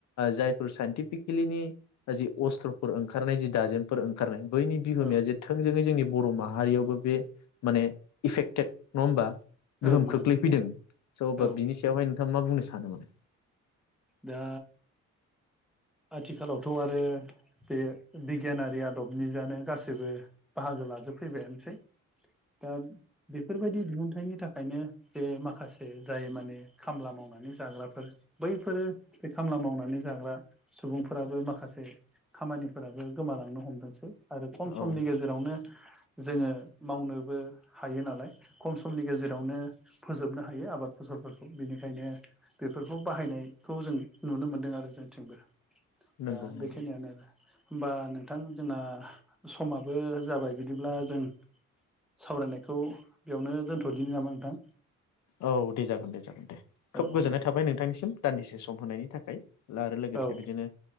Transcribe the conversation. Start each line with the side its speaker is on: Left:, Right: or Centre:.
Left: जायफोर साइनटिफिकेलिनि जि अस्त्रफोर ओंखारनाय जि दाजेनमफोर ओंखारनाय बैनि बिहोमाया
Centre: औ
Left: जे थोंजोङै जोंनि बर माहारियावबो बे माने इफेक्टेड नङा होमबा गोहोम
Centre: औ नंगौ
Left: खोख्लैफैदों स' बा
Centre: औ
Left: बिनि सायावहाय ना मा बुंनो सानो माने
Centre: दा आथिखालावथ आरो बे बिगियानारि आदबनि जानो गासैबो बाहागो लाजोबफैबायानोसै दा बेफोरबायदि दिहुनथायाइनि थाखायनो जे माखासे जाय माने खामला मावनानै जाग्राफोर बैफोरो बे खामला मावनानै जाग्रा सुबुंफोराबो माखासे खामानिफोराबो गोमालांनो हमदोंसै आरो खम
Left: औ
Centre: समनि गेजेरावनो जोङो मावनोबो हायो नालाय। खम समनि गेजेरावनो फोजोबनो हायो आबाद फसलफोरखौ बेनिखायनो बेफोरखौ बेखौ बाहायनायखौ जों नुनो मोनदों आरो जोंथिंबो
Left: नंगौ
Centre: दा
Left: नंगौ
Centre: बेखिनियानो आरो होमबा नोंथां जोंना समाबो जाबाय बिदिब्ला जों सावरायनायखौ बेयावनो दोनथदिनो नामा नोंथां।
Left: औ दे जागोन दे जागोन दे खोब
Centre: औ
Left: गोजोननाय
Centre: दे
Left: थाबाय नोंथांनिसिम दान्दिसे सम होनायनि थाखाय आरो आरो लोगोसे
Centre: औ
Left: बिदिनो